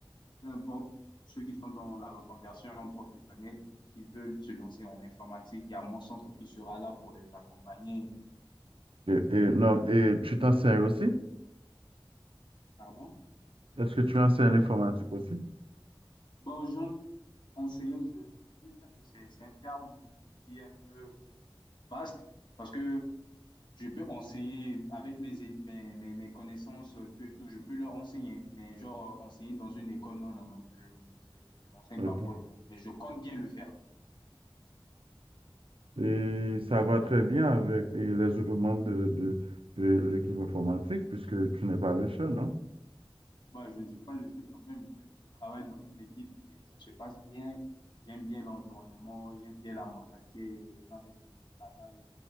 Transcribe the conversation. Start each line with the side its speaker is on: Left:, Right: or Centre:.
Left: peu importe ceux qui sont dans la reconversion professionnelle, qui veulent se lancer en informatique. Il y a mon centre qui sera là pour les accompagner.
Right: Et, et non, et tu t'enseignes aussi?
Left: Pardon?
Right: Est-ce que tu enseignes l'informatique aussi?
Left: Bonjour. Enseigner, je, je peux dire que c'est c'est un terme qui est un peu vaste parce que je peux enseigner avec mes, é- mes, mes, mes connaissances, euh, tout, et tout, je peux leur enseigner, mais genre euh, enseigner dans une école, non, non, non, je, n- je, je n'enseigne
Right: Ok.
Left: pas pour le moment, mais je compte bien le faire.
Right: Et ça va très bien avec et les autres membres de, de, de l'équipe informatique, puisque tu n'es pas le seul, non?
Left: Bah, je ne suis pas le seul quand même. Je, je travaille dans une équipe et ça se passe bien. J'aime bien l'environnement, j'aime bien la mentalité des gens avec qui je travaille.